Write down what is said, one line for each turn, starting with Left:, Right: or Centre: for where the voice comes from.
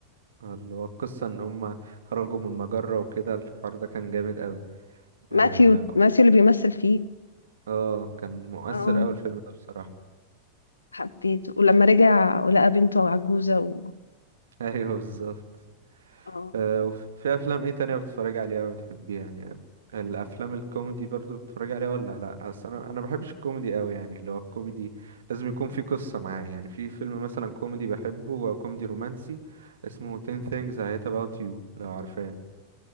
Right: آه، اللي هو القصة ان هما خرجوا من المجرة وكده الحوار ده كان جامد أوي
Left: ماثيو
Right: اه
Left: ماثيو اللي بيمثل فيه
Right: آه، كان مؤثر
Left: اه
Right: أوي الفيلم ده بصراحة
Left: حبيته ولما رجع ولقى بنته عجوزة و...
Right: <laughs> ايوه بالظبط
Left: اه
Right: آه وفي افلام ايه تانية بتتفرج عليها وبتحبيها يعني الافلام الكوميدي برضو بتتفرج عليها ولا لا اصل انا انا بحبش الكوميدي أوي يعني اللي هو الكوميدي لازم يكون في قصة معاه يعني في فيلم مثلا كوميدي بحبه هو كوميدي رومانسي اسمه 10 things I hate about you لو عارفاه